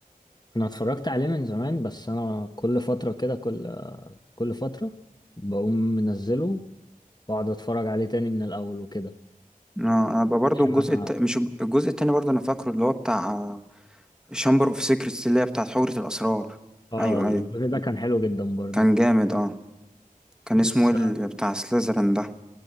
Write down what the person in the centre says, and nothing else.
انا أنا بقى برضو
الجزء
الت... مش الجزء التاني برضو انا فاكره اللي هو بتاع شامبر اوف سيكريتس اللي هي بتاعت حجرة الاسرار
ايوه
ايوه
كان جامد اه كان
اسمه ايه اللي بتاع سليزرين ده